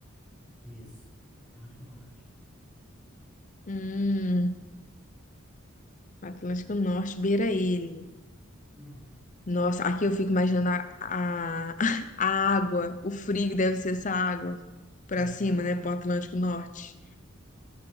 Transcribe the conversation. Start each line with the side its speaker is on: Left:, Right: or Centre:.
Centre: Isso, Atlântico Norte.
Left: Hum, Atlântico Norte beira ele.
Centre: Uhum.
Left: Nossa, aqui eu fico imaginando a, a, <laughs> a água, o frio que deve ser essa água pra
Centre: Então,
Left: cima, né? Pro Atlântico Norte.